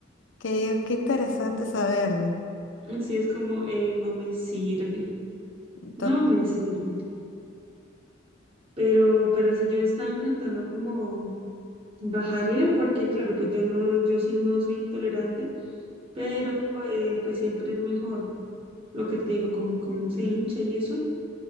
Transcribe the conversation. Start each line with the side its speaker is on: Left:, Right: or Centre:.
Left: qué, qué interesante saberlo.
Right: Así es como, eh, no me sirve, no
Left: Total.
Right: me sirve. Pero, pero si yo estaba intentando como bajarle, porque claro, pues yo no, yo sí no soy intolerante, pero eh, pues siempre es mejor lo que te digo, como que uno se hincha y eso.